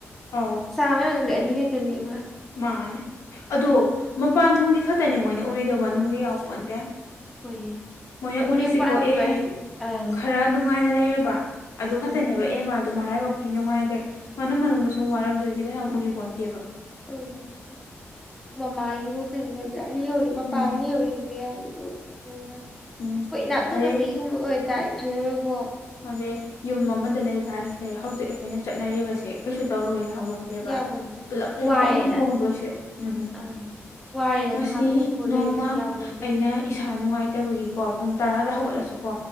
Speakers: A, on the left (about 75°); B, in the centre.
A: ꯑꯣ
B: ꯆꯥꯕꯒꯤ ꯃꯅꯨꯡꯗ ꯑꯅꯤꯈꯛꯇꯅꯦꯕ
A: ꯃꯥꯅꯤ ꯑꯗꯣ ꯃꯄꯥꯟ ꯊꯣꯡꯒꯤ ꯈꯛꯇꯅꯦ ꯃꯣꯏꯅ ꯎꯔꯤꯗꯧ ꯃꯅꯨꯡ ꯌꯥꯎꯄꯣꯟꯇꯦ
B: ꯑꯩꯈꯣꯏꯒꯤ
A: ꯃꯣꯏꯅꯥ
B: ꯌꯨꯝ
A: ꯎꯔꯤꯁꯦꯀꯣ
B: ꯍꯦꯛ ꯄꯥꯟꯈꯤꯕ
A: ꯑꯦ
B: ꯍꯥꯏꯁꯦ ꯑꯪ
A: ꯈꯔ ꯅꯨꯡꯉꯥꯏꯅ ꯂꯩꯔꯕ ꯑꯗꯨ
B: ꯎꯝ
A: ꯈꯛꯇꯅꯦꯕ ꯑꯦꯃ ꯑꯗꯨ ꯃꯔꯥꯏꯕꯛ ꯑꯩ ꯅꯨꯡꯉꯥꯏꯒ꯭ꯔꯦ ꯃꯥ ꯃꯅꯨꯡꯗ ꯁꯨꯝ ꯋꯥꯔꯝꯗꯣꯏꯗꯨꯗꯤ ꯀꯌꯥꯝ ꯎꯕꯤꯕꯣ ꯇꯦꯕ
B: <unintelligible> ꯃꯃꯥꯒꯤꯕꯨ ꯈꯟꯒꯗ꯭ꯔꯥ ꯂꯩꯍꯧꯔꯤ ꯃꯄꯥ
A: ꯎꯝ
B: ꯂꯩꯍꯧꯔꯤ <unintelligible> <unintelligible>
A: ꯎꯝ
B: ꯍꯣꯏ ꯏꯅꯥꯛ ꯈꯨꯟꯕ
A: ꯑꯗꯩ
B: ꯃꯤꯒꯨꯝꯕ ꯑꯣꯏꯇꯥꯔ ꯈꯜꯂꯔꯣꯏꯕꯣ
A: ꯑꯗꯩ ꯌꯨꯝ ꯑꯃꯗ ꯂꯩꯕ ꯍꯥꯏꯁꯦ ꯍꯧꯖꯤꯛ ꯑꯩꯈꯣꯏꯅ ꯆꯠꯅꯔꯤꯕꯁꯦ ꯀꯩꯁꯨ ꯇꯧꯔꯨꯒꯦ ꯌꯥꯕꯣ ꯇꯦꯕ
B: ꯌꯥꯕꯣꯟꯇꯦ
A: ꯄꯨꯂꯞ ꯄꯨꯡ
B: ꯋꯥꯔꯦꯅ
A: ꯍꯣꯡꯅꯤ ꯍꯣꯡꯗꯣꯏꯁꯦ ꯎꯝ
B: ꯑꯪ ꯋꯥꯔꯦꯅ
A: ꯉꯁꯤ
B: ꯉꯥꯏꯍꯥꯛ ꯂꯣꯡꯊꯣꯛꯑ
A: ꯅꯣꯡꯃ
B: ꯂꯩꯕꯁꯨ ꯌꯥꯕꯣꯟꯇꯦ
A: ꯑꯩꯅ ꯏꯁꯥ ꯅꯨꯡꯉꯥꯏꯇꯕꯒꯤ ꯀꯣ ꯄꯨꯡ ꯇꯔꯥꯗ ꯍꯧꯒꯠꯂꯁꯨ ꯀꯣ